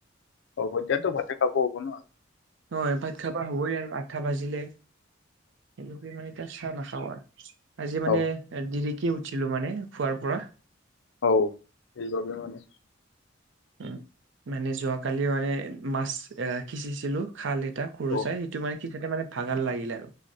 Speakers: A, on the left; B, on the right.
A: অব দাতো ভতেে খাব হ'ব ন আৰু
B: হয় ভাত খাবা হ'বই আৰু আঠা ভাজিলে সেইে মানে এতিয়া চাহ নাখাও আৰু আজি মানে
A: অ
B: দৰিকে উঠ ছিলো মানে খোৱাৰ পৰা
A: অ সেইবাবোবে মানে
B: উ মানে যোৱাকালি মানে মাছ এ সিচিছিলো খাল এটা সৰু
A: অ
B: চাই সেইটো মানে কি মানে ভাগাল লাগিল আৰু